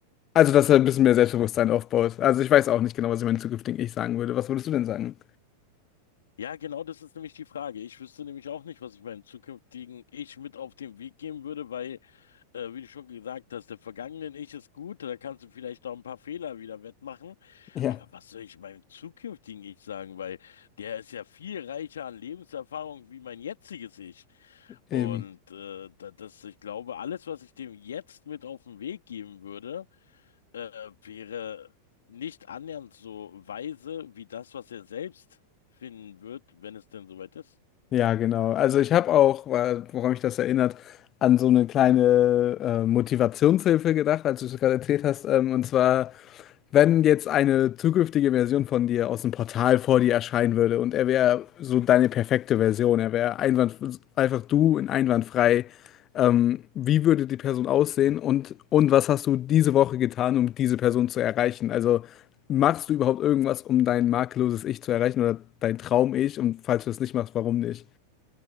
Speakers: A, on the left; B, on the left.
A: also dass er ein bisschen mehr Selbstbewusstsein aufbaut. Also ich weiß auch nicht genau, was ich meinem zukünftigen Ich sagen würde. Was würdest du denn sagen?
B: Ja, genau, das ist nämlich die Frage. Ich wüsste nämlich auch nicht, was ich meinem zukünftigen Ich mit auf den Weg geben würde, weil äh, wie du schon gesagt hast, der vergangenen Ich ist gut, da kannst du vielleicht auch ein paar Fehler wieder wettmachen.
A: Ja,
B: Aber was soll ich meinem zukünftigen Ich sagen? Weil der ist ja viel reicher an Lebenserfahrung wie mein jetziges Ich. Und
A: eben.
B: äh, da- das, ich glaube, alles, was ich dem jetzt mit auf den Weg geben würde, äh, wäre nicht annähernd so weise wie das, was er selbst finden wird, wenn es denn soweit ist.
A: Ja, genau. Also ich habe auch, weil- woran mich das erinnert, an so eine kleine äh, Motivationshilfe gedacht, als du es gerade erzählt hast. Ähm, und zwar Wenn jetzt eine zukünftige Version von dir aus dem Portal vor dir erscheinen würde und er wäre so deine perfekte Version, er wäre einwand, einfach du in einwandfrei, ähm, wie würde die Person aussehen und, und was hast du diese Woche getan, um diese Person zu erreichen? Also machst du überhaupt irgendwas, um dein makelloses Ich zu erreichen oder dein Traum-Ich? Und falls du es nicht machst, warum nicht?